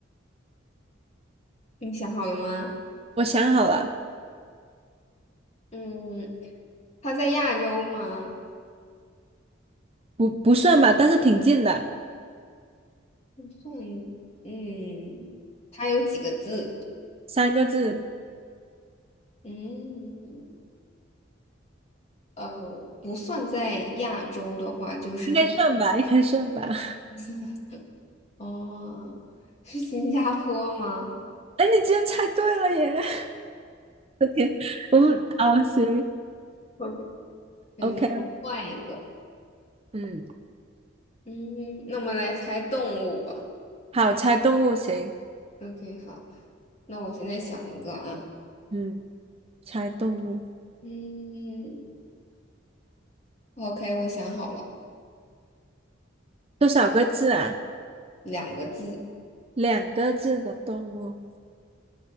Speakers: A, on the left; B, on the right.
A: 你想好了吗？
B: 我想好了，
A: 嗯，他在亚洲吗？
B: 不不算吧，但是挺近的，
A: 不算，嗯，他有几个字？
B: 三个字，
A: 嗯，呃，不算在亚洲的话，就是他
B: 应该算吧，应该算吧。<laughs>
A: 不算。<laughs> 哦，是新加坡吗
B: 哎，你竟然猜对了耶！<laughs> 我的天，我们哦行
A: ？OK，对，
B: ，OK，
A: 那我换一个。
B: 嗯，
A: 嗯，那我们来猜动物吧。
B: 好，猜动物行，
A: OK，好，那我现在想一个啊。
B: 嗯，猜动物，
A: 嗯，OK，我想好了，
B: 多少个字啊？
A: 两个字，
B: 两个字的动物，